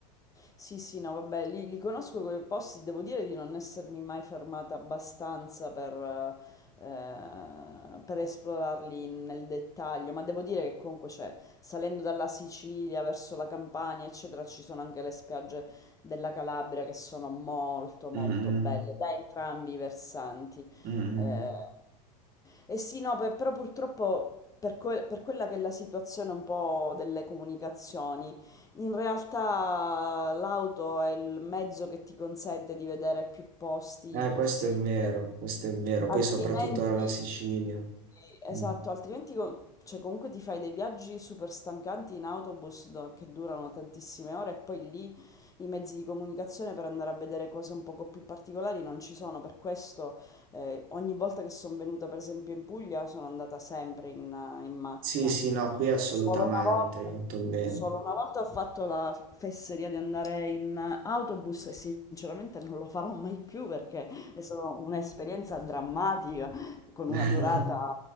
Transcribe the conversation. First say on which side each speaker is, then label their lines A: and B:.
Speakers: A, on the left; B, on the right.
A: Sì, sì, no, vabbè, li, li conosco quei posti, devo dire di non essermi mai fermata abbastanza per, eh, per esplorarli nel dettaglio, ma devo dire che comunque c'è, salendo dalla Sicilia verso la Campania, eccetera, ci sono anche le spiagge della Calabria che sono molto, molto
B: Mm,
A: belle da entrambi i versanti.
B: mm, mm,
A: Eh, e sì, no, per- però purtroppo per que- per quella che è la situazione un po' delle comunicazioni, in realtà l'auto è il mezzo che ti consente di vedere più posti
B: mm. Eh,
A: possibili.
B: questo è vero, questo è vero.
A: Altrimenti,
B: Poi soprattutto alla Sicilia.
A: sì, esatto,
B: Mm.
A: altrimenti co- cioè, comunque ti fai dei viaggi super stancanti in autobus da- che durano tantissime ore e poi lì i mezzi di comunicazione per andare a vedere cose un poco più particolari non ci sono. Per questo eh, ogni volta che sono venuta per esempio in Puglia sono andata sempre in, eh, in macchina.
B: Sì, sì, no, qui assolutamente,
A: Solo una volta,
B: hai fatto bene.
A: solo una volta ho fatto la fesseria di andare in eh, autobus e sinceramente non lo farò mai più perché... È stata un'esperienza drammatica con
B: <laughs>
A: una durata